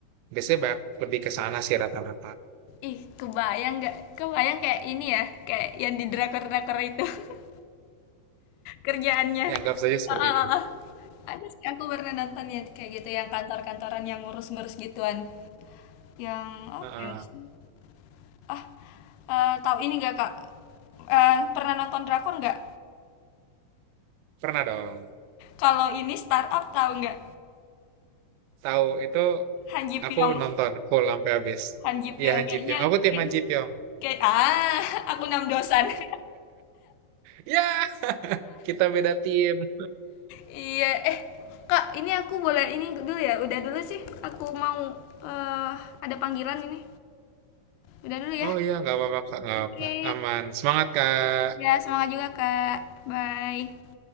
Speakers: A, on the right; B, on the left.
A: Biasanya banyak lebih ke sana sih rata-rata.
B: Ih, kebayang nggak? Kebayang kayak ini ya, kayak yang di drakor-drakor itu. <laughs> kerjaannya.
A: Dianggap saja seperti
B: Ah, ah,
A: itu.
B: ah, ah. Ada sih aku pernah nonton ya kayak gitu yang kantor-kantoran yang ngurus-ngurus gituan. Yang apa
A: Heeh.
B: ya? sih? Ah, eh, tahu ini nggak Kak? Eh, pernah nonton drakor nggak?
A: Pernah dong.
B: Kalau ini startup tahu nggak?
A: Tahu itu
B: Han Ji
A: Aku
B: Pyong.
A: nonton full sampai habis.
B: Han Ji
A: Iya
B: Pyong
A: Han
B: kayaknya
A: Ji Pyong. Aku tim
B: kayak
A: Han Ji Pyong.
B: kayak ah, <laughs> aku enam dosan. <laughs>
A: Ya, kita beda tim.
B: Iya, eh Kak, ini aku boleh ini dulu ya. Udah dulu sih. Aku mau eh ada panggilan ini. Udah dulu ya.
A: Oh iya, nggak apa-apa kak, nggak
B: Oke.
A: apa-apa. Aman. Semangat kak.
B: Ya, semangat juga, Kak. Bye.